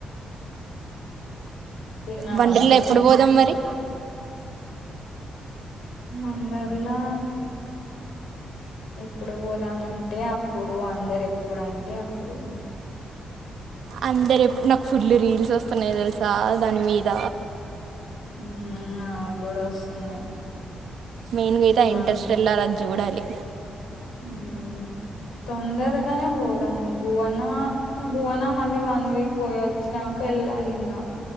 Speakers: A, on the left; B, on the right.
A: తిన్నావా
B: వంటల్లో
A: నువ్వు
B: ఎప్పుడు పోదాం మరి
A: వండర్లా ఎప్పుడు పోదామంటే అప్పుడు అందరు ఎప్పుడు అంటే అప్పుడు
B: అందరు ఎప్పుడు నాకు ఫుల్లు రీల్స్ వస్తున్నాయి తెలుసా దాని మీద
A: హ్మ్ నా కూడా వస్తున్నాయి
B: మెయిన్గా అయితే
A: వన్
B: ఇంట్రెస్ట్ వెళ్ళాలి అని చూడాలి
A: మ్మ్ తొందరగానే పోదాం బువనా బువనా మళ్ళీ వన్ వీక్ పోయి వచ్చినా అకా ఎల్లాలి ఇంకా